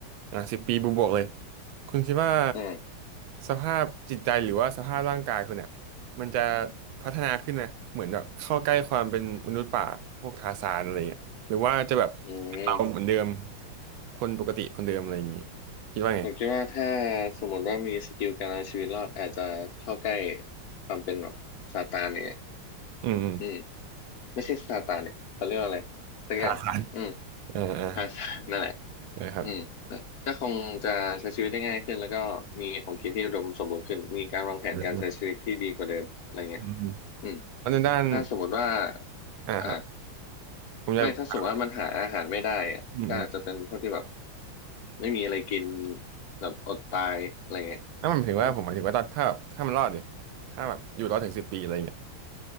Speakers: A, on the right; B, on the left.
A: อ่ะสิบปีบวกๆเลยคุณคิดว่า
B: อืม
A: สภาพจิตใจหรือว่าสภาพร่างกายคุณเนี่ยมันจะพัฒนาขึ้นไหมเหมือนแบบเข้าใกล้ความเป็นมนุษย์ป่าพวกทาร์ซานอะไรเงี้ยหรือว่าจะแบบ
B: อืม
A: เราเหมือนเดิมคนปกติคนเดิมอะไรอย่างงี้คิดว่าไง
B: ผมคิดว่าถ้าสมมติว่ามีสกิลการเอาชีวิตรอดอาจจะเข้าใกล้ความเป็นแบบซาตานเนี่ย
A: อืมอืม
B: อืมไม่ใช่ซาตานเนี่ยเขาเรียกว่าอะไรสักอย่างอืม
A: ทาร์ซานอ่าอ่า
B: พาซานนั่นแหละ
A: นะครับ
B: อืมก็คงจะใช้ชีวิตได้ง่ายขึ้นแล้วก็มีของกินที่อุดมสมบูรณ์ขึ้นมีการวางแผนการใช้ชีวิตที่ดีกว่าเดิมอะไรเงี้ย
A: อืมอืม
B: อืม
A: แล้วในด้าน
B: ถ้าสมมติว่า
A: อ่าครับ
B: อ่า
A: ผมอยาก
B: ไม่ถ้าสมมติว่ามันหาอาหารไม่ได้อะก็อาจจะเป็นพวกที่แบบ
A: โอืม
B: ไม่มีอะไรกินแบบอดตายอะไรเงี้ย
A: ถ้ามันถึงว่าผมหมายถึงว่าตอนถ้าแบบถ้ามันรอดดิ
B: อืม
A: ถ้าแบบอยู่รอดถึงสิบปีอะไรอย่างเงี้ย